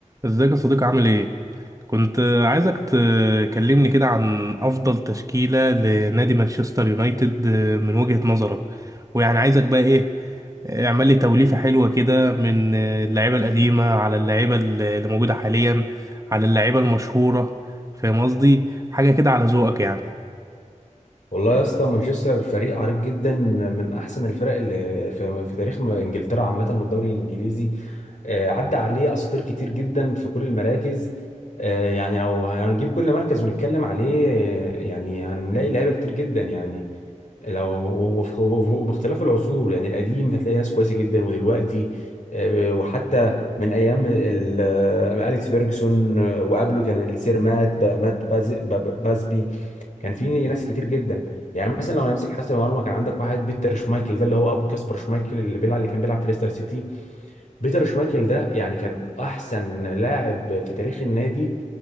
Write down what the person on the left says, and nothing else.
والله يا اسطى مانشستر فريق عريق جدا من احسن الفرق اللي في, في تاريخ انجلترا عامه والدوري الانجليزي آه، عدى عليه اساطير كتير جدا في كل المراكز آه، يعني لو هنجيب كل مركز ونتكلم عليه آه، يعني هنلاقي لعيبه كتير جدا يعني لو وف- وباختلاف العصور يعني القديم هتلاقي ناس كويسه جدا ودلوقتي آه، وحتى من ايام ال- آه، اليكس فيرجسون آه، وقبله كان السير مات با- مات باز- با- با- بازبي كان في ناس كتير جدا يعني مثلا لو انا امسك حراسه المرمى كان عندك واحد بيتر شمايكل ده اللي هو ابو كاسبر شمايكل اللي بيلعب اللي كان بيلعب في ليستر سيتي بيتر شمايكل ده يعني كان احسن لاعب في تاريخ النادي